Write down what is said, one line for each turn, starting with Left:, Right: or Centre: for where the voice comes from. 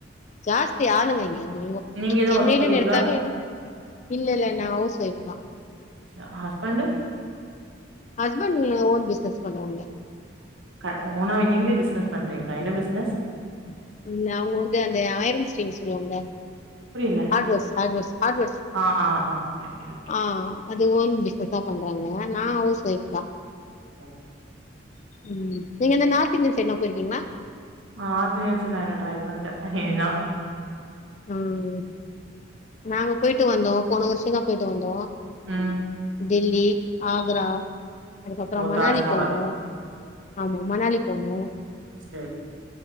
Left: ஜாஸ்தி ஆளுங்க இங்க தெரிமோ
Right: நீங்க எதோ
Left: சென்னையிலன்
Right: ஒர்க் போறீங்களா
Left: எடுத்தாலே ம் இல்ல இல்ல நா ஹவுஸ் வைஃப்தா
Right: ஜ ஹஸ்பன்டு
Left: ஸ்பண்ட் இங்க ஓன் பிஸ்னஸ் பண்றாங்க
Right: க ஓனா நீங்களே பிஸ்னஸ் பண்றீங்களா என்ன பிஸ்னஸ்
Left: ம் அவங்க வந்து அந்த அயரிங் ஸ்டீல் சொல்லுவாங்கல
Right: புரியல
Left: ஹார்ட்வேர்ஸ் ஹார்ட்வேர்ஸ் ஹார்ட்வேர்ஸ்
Right: ஆ ஆ ஆ ஓகே ஓகே
Left: ஆ அது ஓன் பிஸ்னஸா பண்றாங்க நா ஹவுஸ் வைஃப் தா
Right: வேற
Left: ம் நீங்க இந்த நார்த் இந்தியன் சைட்லாம் போயிருக்கீங்களா
Right: ஆ ஆர்த்ந்தியன்ஸ் நானு ட்ரை பன்ல இங்கயேதா
Left: ம் நாங்க போயிட்டு வந்தோம் போன வருஷோம் தா போயிட்டு வந்தோம்
Right: ம்
Left: டில்லி ஆகரா அதுக்கப்புறம்
Right: ஓ
Left: மணாலி
Right: தாஜ்மஹால்
Left: போனோம் ஆமா மணாலி போனோம்
Right: சேர்